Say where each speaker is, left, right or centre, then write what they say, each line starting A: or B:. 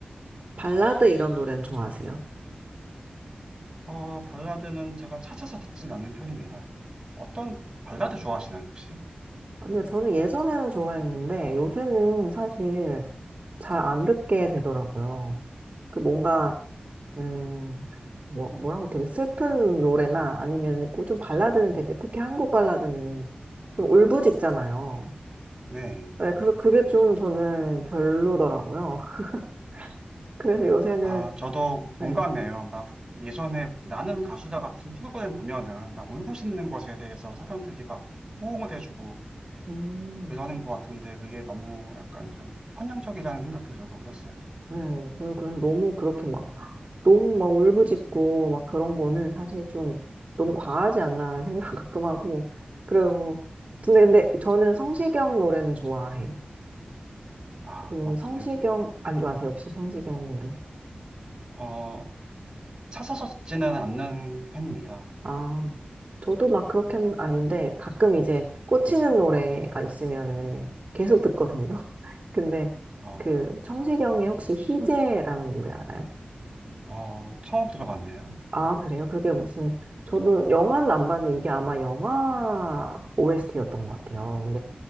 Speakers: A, on the right; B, on the right.
A: 발라드 이런 노래는 좋아하세요?
B: 어, 발라드는 제가 찾아서 듣진 않는 편입니다. 어떤 발라드 좋아하시나요, 혹시?
A: 아니요, 저는 예전에는 좋아했는데 요새는 사실 잘 안 듣게 되더라고요. 그 뭔가, 음, 뭐, 뭐라고 되게 슬픈 노래나 아니면 그좀 발라드는 되게 특히 한국 발라드는 좀 울부짖잖아요.
B: 네.
A: 네, 그래서 그게 좀 저는 별로더라고요. <laughs> 그래서 요새는,
B: 아, 저도 공감해요.
A: 네,
B: 막 예전에 나는 가수다 같은 프로그램 보면은 막 울부짖는 것에 대해서 사람들이 막 호응을 해주고
A: 음,
B: 그러는 것 같은데 그게 너무 약간 좀 편향적이라는 생각도 들고 그랬어요.
A: 네, 그 그래서 너무 그렇게 막 너무 막 울부짖고 막 그런 거는 사실 좀 너무 과하지 않나 생각 <laughs> 가끔 하고 그리고 근데 근데 저는 성시경 노래는 좋아해요.
B: 아,
A: 그
B: 그렇군요.
A: 성시경 안 좋아하세요 혹시 성시경 노래?
B: 어, 찾아서 듣지는 않는 편입니다.
A: 아 저도 막 그렇게는 아닌데 가끔 이제 꽂히는 노래가 있으면은 계속 듣거든요. <laughs> 근데
B: 어,
A: 그 성시경의 혹시 희재라는 노래 알아요?
B: 어, 처음 들어봤네요.
A: 아 그래요? 그게 무슨 저도 영화는 안 봤는데 이게 아마 영화 OST였던 것 같아요.